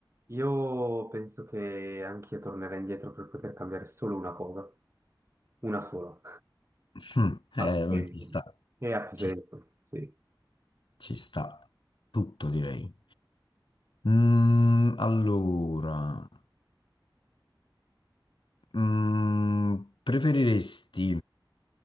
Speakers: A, on the right; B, on the left.
A: Io penso che anch'io tornerei indietro per poter cambiare solo una cosa, una sola,
B: Hm,
A: a
B: eh,
A: più senso.
B: ma ci sta,
A: E a più
B: ci,
A: senso, sì.
B: ci sta, tutto direi. Mm, allora, mm, preferiresti